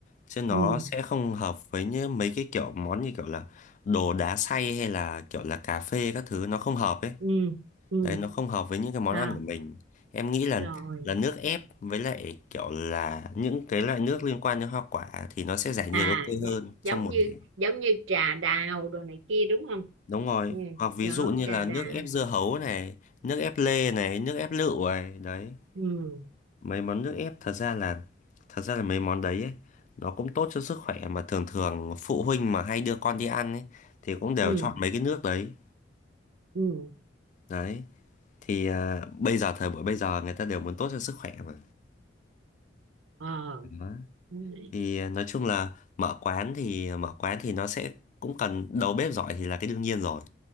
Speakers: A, on the left (about 40°); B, on the right (about 85°).
A: chứ nó
B: ừ
A: sẽ không hợp với như mấy cái kiểu món như kiểu là đồ đá xay hay là kiểu là cà phê các thứ nó không hợp ấy
B: ừ ừ
A: đấy nó không hợp với những cái món
B: à,
A: ăn của mình em nghĩ là
B: rồi
A: là nước ép với lại kiểu là những cái loại nước liên quan đến hoa quả thì nó sẽ giải nhiệt
B: à
A: ok
B: dạ,
A: hơn trong
B: giống
A: một
B: như
A: ngày
B: giống như trà đào đồ này kia đúng không
A: đúng rồi
B: ừ,
A: hoặc ví
B: đó
A: dụ như
B: trà
A: là
B: đào
A: nước ép dưa hấu này nước ép lê này nước ép lựu này đấy
B: ừ
A: mấy món nước ép thật ra là thật ra là mấy món đấy ấy, nó cũng tốt cho sức khỏe mà thường thường phụ huynh mà hay đưa con đi ăn ấy thì cũng đều
B: ừ
A: chọn mấy cái nước đấy
B: ừ
A: đấy thì à, bây giờ thời buổi bây giờ người ta đều muốn tốt cho sức khỏe mà
B: ờ
A: Đó.
B: đúng rồi
A: thì ờ, nói chung là mở quán thì ờ, mở quán thì nó sẽ cũng cần đầu bếp giỏi thì là cái đương nhiên rồi